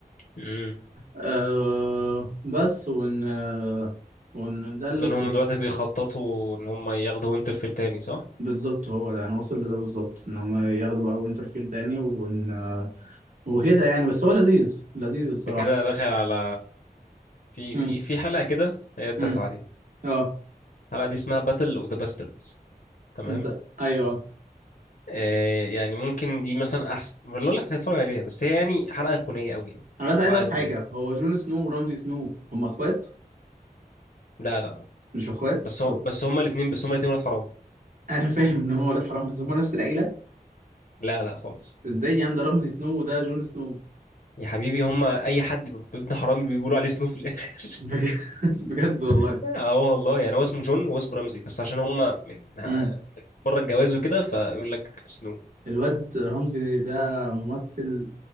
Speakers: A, on the left; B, on the right.
A: امم
B: أه... بس وان وان ده اللي
A: فدول
B: وصلت
A: هم دلوقتي بيخططوا ان هم ياخدوا وينترفيل تاني صح
B: بالظبط هو ده انا واصل لده بالظبط ان هم ياخدوا بقى وينترفيل تاني وإن... وكده يعني بس هو لذيذ لذيذ الصراحه
A: انت كده داخل على في
B: امم
A: في في حلقه كده هي التاسعه
B: امم
A: دي
B: اه
A: الحلقه دي اسمها باتل اوف ذا باستردز تمام
B: انت ايوه
A: آه يعني ممكن دي مثلا احسن ما اقول لك هتتفرج عليها بس هي يعني حلقه ايقونيه قوي يعني
B: انا بس عايز
A: حلقه
B: اعرف
A: ايقونيه
B: حاجه هو جون سنو ورمزي سنو هم اخوات
A: لا لا
B: مش اخوات
A: بس هو
B: طب
A: بس هما الاثنين بس هما الاثنين ولاد حرام
B: <laughs> انا فاهم ان هم ولاد حرام بس هم نفس العيله
A: لا لا خالص
B: ازاي يعني ده رمزي سنو وده جون سنو
A: يا حبيبي هما اي حد ب- ابن حرام بيقولوا عليه سنو في الاخر
B: بجد <laughs> بجد والله
A: <laughs> اه والله يعني هو اسمه جون وهو اسمه رمزي بس عشان هما من
B: امم
A: آه، بره الجواز وكده فيقول لك سنو
B: الواد رمزي ده ممثل